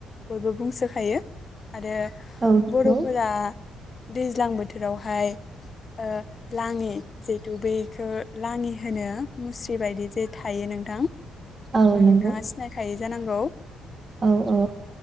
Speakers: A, on the left; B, on the right.
A: बयबो बुंसोखायो। आरो
B: औ नंगौ
A: बर'फोरा। दैज्लां बोथोरावहाय ओ लाङि जिहेथु बेखौ लाङि होनो मुस्रि बायदि जे थायो नोंथां।
B: औ नंगौ
A: नोंथाङा सिनायखायो। जानांगौ।
B: औ औ।